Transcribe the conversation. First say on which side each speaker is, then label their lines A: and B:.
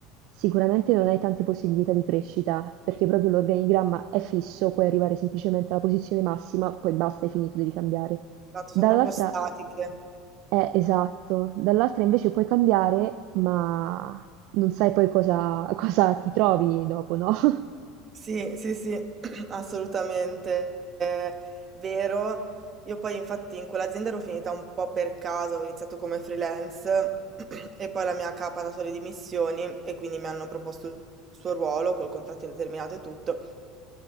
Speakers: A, on the right (about 55°); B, on the right (about 25°).
A: Sicuramente non hai tante possibilità di crescita, perché proprio l'organigramma è fisso, puoi arrivare semplicemente alla posizione massima, poi basta, hai finito, devi cambiare.
B: Esatto,
A: Dall'altra,
B: sono proprio statiche.
A: è esatto, dall'altra invece puoi cambiare, ma non sai poi cosa, <laughs> cosa ti trovi dopo, no? <laughs>
B: Sì, sì, sì, <clears throat> assolutamente eh, vero. Io poi infatti in quell'azienda ero finita un po' per caso, avevo iniziato come freelance <clears throat> e poi la mia capa ha dato le dimissioni e quindi mi hanno proposto il suo ruolo col contratto indeterminato e tutto.